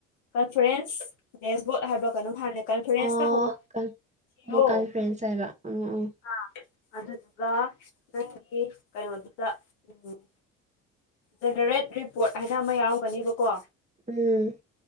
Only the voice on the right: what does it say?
ꯑꯣ
ꯑꯣ ꯀꯟꯐ꯭ꯔꯦꯟꯁ ꯍꯥꯏꯕ ꯎꯝ
ꯎꯝ